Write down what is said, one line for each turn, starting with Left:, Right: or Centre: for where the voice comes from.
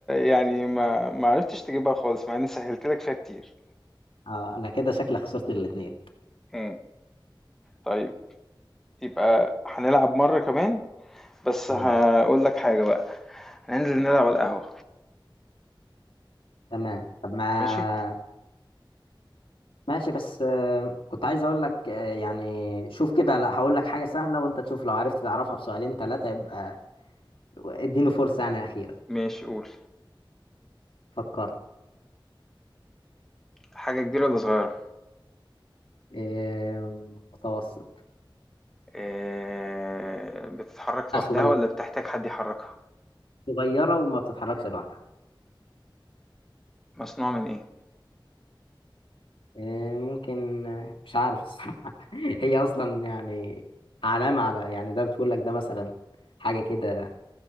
Centre: يعني ما ما عرفتش تجيبها خالص مع إني سهّلت لك فيها كتير،
Left: آه انا كده شكلي خسرت الاثنين
Centre: إمم، طيب يبقى هنلعب مرة كمان بس
Left: مم.
Centre: هقول لك حاجة بقى هننزل نلعب على القهوة
Left: تمام طب ما
Centre: ماشي
Left: ماشي بس آه، كنت عايز اقول لك آه، يعني شوف كده لا هقول لك حاجة سهلة وانت تشوف لو عرفت تعرفها في سؤالين ثلاثة يبقى اديني فرصة يعني أخيرة
Centre: ماشي قول
Left: فكرت
Centre: حاجة كبيرة ولا صغيرة
Left: آه، متوسط
Centre: إيه بتتحرك لوحدها
Left: آه، صغير
Centre: ولا بتحتاج حد يحركها
Left: صغيرة وما بتتحركش لوحدها
Centre: مصنوعة من ايه
Left: آه، ممكن آه، مش عارف الصراحة <laughs> هي أصلا يعني علامة على يعني ده بتقول لك ده مثلا حاجة كده